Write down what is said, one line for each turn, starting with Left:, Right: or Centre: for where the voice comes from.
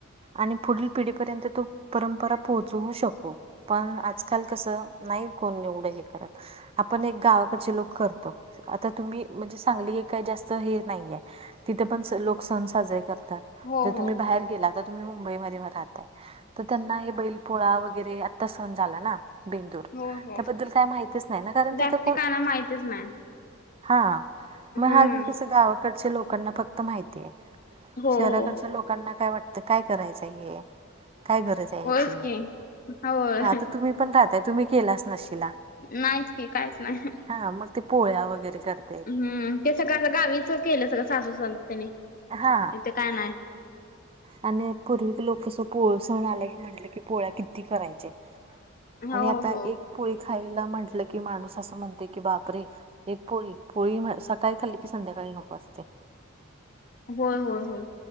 Right: आणि पुढील पिढीपर्यंत तो परंपरा पोहचवू शको. पण आजकाल कसं, नाही कोण येवढं हे करत. आपण एक गावाकडचे लोक करतो, आता तुम्ही म्हणजे सांगली हे काही जास्त हे नाहीये. तिथे पण लोक सण साजरे करतात,
Left: हो
Right: जर
Left: हो
Right: तुम्ही बाहेर गेला तर. तुम्ही मुंबईमध्ये राहताय तर त्यांना हे बैल पोळा वगैरे आत्ता सण झाला ना बेंदूर
Left: हो हो
Right: त्याबद्दल काय माहितीच नाही ना. कारण
Left: जास्ती
Right: तिथं कोण
Left: काना माहितच नाही.
Right: हा मग
Left: हम्म
Right: हा की कसं गावाकडच्या लोकांना फ माहितीय
Left: हो
Right: शहराकडच्या
Left: हो
Right: लोकांना काय वाटतं काय करायचं हे काय गरज? त्याचे
Left: होयच की होय
Right: हा तर तुम्ही पण राहताय, तुम्ही केलाच नसशीला.
Left: नाहीच की काहीच नाही.
Right: हा मग ते पोळ्या वगैरे करत.
Left: हम्म ते सगळं असं गावीच केलं सगळं सासू सास त्याने
Right: हा
Left: इथे काय नाही.
Right: आणि पूर्वी लोकसं पोळ सण आलं की म्हटलं की पोळ्या किती करायचे. आणि
Left: हो
Right: आता
Left: हो
Right: एक पोळी खायला म्हंटलं की माणूस असं म्हण तय की बापरे एक पोळी पोळी सकाळी खाली कि संध्याकाळी नको असतंय.
Left: होय होय होय.